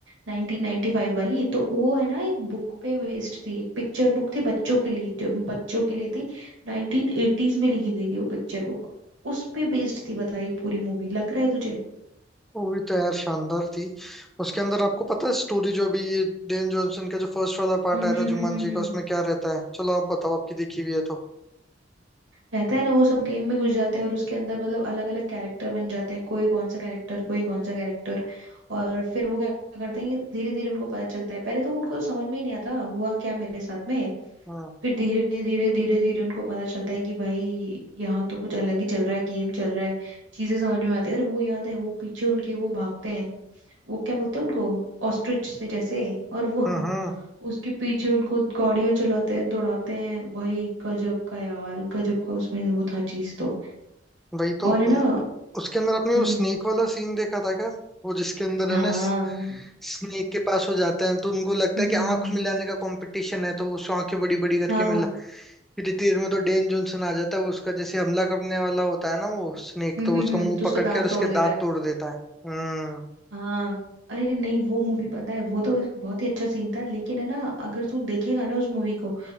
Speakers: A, on the right (about 80°); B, in the centre.
A: 1995 वाली तो वो है ना एक बुक पे बेस्ड थी एक पिक्चर बुक थी बच्चों के लिए जो बच्चों के लिए थी 1980s में लिखी गई थी वो पिक्चर बुक उस पे बेस्ड थी बता ये पूरी मूवी लग रहा है तुझे
B: वो भी तो यार शानदार थी उसके अंदर आपको पता है स्टोरी जो अभी ये डेन जॉनसन का जो फर्स्ट वाला पार्ट
A: हम्म
B: आया
A: हम्म
B: था जुmanji
A: हम्म हम्म हम्म।
B: का उसमें क्या रहता है चलो आप बताओ आपकी देखी हुई है तो
A: रहता है ना वो सब गेम में घुस जाते हैं और उसके अंदर मतलब अलग अलग कैरेक्टर बन जाते हैं कोई कौन सा कैरेक्टर कोई कौन सा कैरेक्टर और फिर वो क्या करते हैं कि धीरे धीरे उनको पता चलता है पहले तो उनको तो समझ में ही नहीं आता हुआ क्या मेरे साथ में
B: हाँ
A: फिर धीरे धीरे धीरे धीरे उनको पता चलता है कि भाई यहाँ तो कुछ अलग ही चल रहा है गेम चल रहा है चीजें समझ में आती है अरे वो याद है वो पीछे उनके वो भागते हैं वो क्या बोलते हैं उनको ऑस्ट्रिच से जैसे और वो
B: हम्म
A: <laughs> उसके पीछे उनको गाड़ियां चलाते हैं दौड़ाते हैं भाई गजब का यार गजब का उसमें वो था चीज तो
B: वही तो
A: और है ना
B: उसके अंदर आपने
A: हम्म
B: वो स्नेक वाला सीन देखा था क्या वो जिसके अंदर
A: हाँ
B: है ना
A: हम्म
B: स्नेक के पास हो जाते हैं तो उनको लगता
A: हम्म,
B: है कि
A: हम्म,
B: आंख मिलाने का कंपटीशन है तो वो उसको आंखें बड़ी बड़ी करके
A: हाँ
B: मिला फिर तीर में तो डेन जॉनसन आ जाता है वो उसका जैसे हमला करने वाला होता है ना वो स्नेक
A: हम्म
B: तो
A: हम्म
B: उसका
A: हम्म,
B: मुंह
A: तो उसका
B: पकड़
A: दांत
B: के और उसके
A: तोड़ देता
B: दांत
A: है
B: तोड़ देता है हम्म
A: हाँ अरे नहीं वो मूवी पता है वो तो बस बहुत ही अच्छा सीन था लेकिन है ना अगर तू देखेगा ना उस मूवी को